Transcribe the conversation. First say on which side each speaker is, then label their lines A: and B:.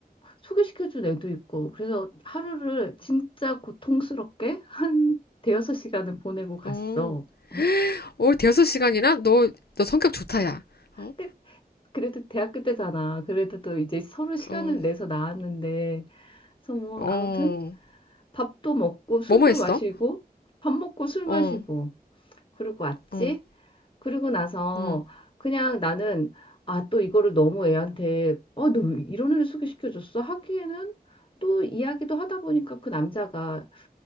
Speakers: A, on the left; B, on the left.
A: 소개시켜준 애도 있고 그래서 하루를 진짜 고통스럽게 한 대여섯 시간을 보내고 갔어.
B: 어,
A: <laughs>
B: 어, 대여섯 시간이나? 너, 너 성격 좋다, 야. 어,
A: 그- 그래도 대학교 때잖아. 그래도 또 이제 서로 시간을
B: 어,
A: 내서 나왔는데 그래서 뭐
B: 어,
A: 아무튼 밥도 먹고 술도
B: 뭐뭐 했어?
A: 마시고 밥 먹고 술
B: 어,
A: 마시고 그러고 왔지.
B: 어,
A: 그리고 나서
B: 응
A: 그냥 나는 아, 또 이거를 너무 애한테 어, 너왜 이런 애를 소개시켜줬어? 하기에는 또 이야기도 하다 보니까 그 남자가